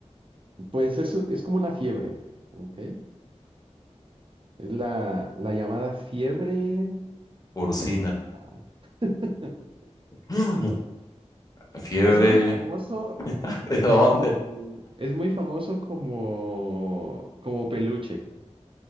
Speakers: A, on the right; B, on the left.
A: Pues eso es como una fiebre, ¿ok? Es la, la llamada fiebre.
B: Porcina.
A: Ah. <laughs>
B: <gasps> <laughs> Fiebre.
A: Es muy famoso
B: <laughs> ¿De dónde?
A: como, es muy famoso como, como peluche